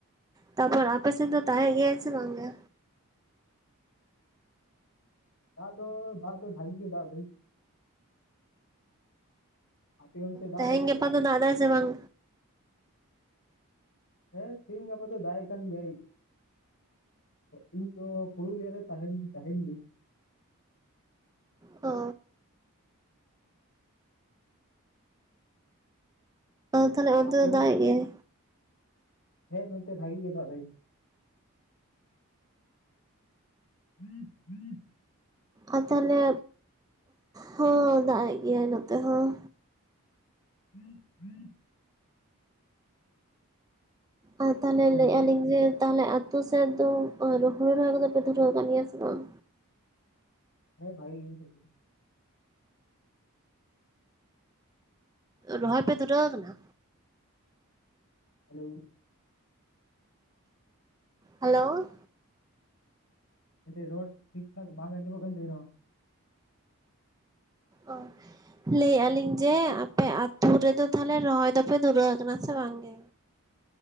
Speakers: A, on the right; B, on the left.
A: ᱛᱟᱯᱚᱨ ᱟᱯᱮ ᱥᱮ ᱫᱚ ᱫᱟᱜ ᱮᱫ ᱜᱮᱭᱟᱭ ᱥᱮ ᱵᱟᱝ ᱜᱮ
B: ᱫᱟᱜ ᱫᱚ ᱫᱟᱜ ᱫᱚ ᱵᱷᱟᱜᱮ ᱜᱮ ᱫᱟᱜ ᱫᱚᱭ ᱟᱯᱮ ᱚᱱᱛᱮ ᱫᱟᱜ
A: ᱛᱮᱦᱮᱧ
B: ᱮᱫᱟᱭ ᱥᱮ
A: ᱜᱟᱯᱟ
B: ᱵᱟᱝ?
A: ᱫᱚ ᱫᱟᱜ ᱫᱟᱭ ᱥᱮ ᱵᱟᱝ
B: ᱦᱮᱸ ᱛᱮᱦᱮᱧ ᱜᱟᱯᱟ ᱫᱚᱭ ᱫᱟᱜ ᱠᱟᱱ ᱜᱮᱭᱟᱭ ᱤᱧ ᱫᱚ ᱯᱩᱨᱩᱞᱤᱭᱟ ᱨᱮ ᱛᱟᱦᱮᱸᱱ ᱛᱟᱦᱮᱸᱱ ᱞᱤᱧ
A: ᱚ ᱛᱟᱦᱚᱞᱮ ᱚᱱᱛᱮ
B: ᱟᱯᱮ
A: ᱫᱚ ᱫᱟᱜ ᱮᱫ ᱜᱮᱭᱟᱭ
B: ᱦᱮᱸ ᱱᱚᱛᱮ ᱵᱷᱟᱹᱜᱤ ᱜᱮ ᱫᱟᱜ ᱫᱟᱭ ᱦᱮᱸ ᱦᱩᱸ
A: ᱟᱨ ᱛᱟᱦᱚᱞᱮ ᱦᱚᱸ ᱫᱟᱜ ᱮᱫ ᱜᱮᱭᱟᱭ ᱱᱚᱛᱮ ᱦᱚᱸ
B: ᱦᱩᱸ ᱦᱩᱸ
A: ᱟᱨ ᱛᱟᱦᱚᱞᱮ
B: ᱦᱮᱸ
A: ᱞᱟᱹᱭᱮᱫᱼᱟ
B: ᱞᱟᱹᱭ ᱵᱤᱱ
A: ᱞᱤᱧ ᱡᱮ ᱛᱟᱦᱚᱞᱮ ᱟᱛᱳ ᱥᱮᱫ ᱫᱚ ᱦᱩᱲᱩ ᱨᱚᱦᱚᱭ ᱠᱚᱫᱚ ᱯᱮ ᱫᱷᱩᱨᱟᱹᱣ ᱠᱟᱱ ᱜᱮᱭᱟ ᱥᱮ ᱵᱟᱝ
B: ᱦᱮᱸ ᱵᱷᱟᱹᱜᱤ ᱜᱮ
A: ᱨᱚᱦᱚᱭ ᱯᱮ ᱫᱷᱩᱨᱟᱹᱣ ᱟᱠᱟᱱᱟ
B: ᱦᱮᱞᱳ
A: ᱦᱮᱞᱳ
B: ᱢᱮ ᱨᱚᱲ ᱴᱷᱤᱠ ᱴᱷᱟᱠ ᱵᱟᱝ ᱟᱸᱡᱚᱢᱚᱜ ᱠᱟᱱ ᱛᱟᱠᱤᱱᱟ
A: ᱚ ᱞᱟᱹᱭᱮᱫᱟ ᱞᱤᱧ ᱡᱮ ᱟᱯᱮ ᱟᱹᱛᱩ‌ ‌‌‍‍ᱨᱮᱫᱚ ᱛᱟᱦᱞᱮ ᱨᱚᱦᱚᱭ ᱫᱚᱯᱮ ᱫᱷᱩᱨᱟᱹᱣ ᱟᱠᱟᱱᱟ ᱥᱮ ᱵᱟᱝ ᱜᱮ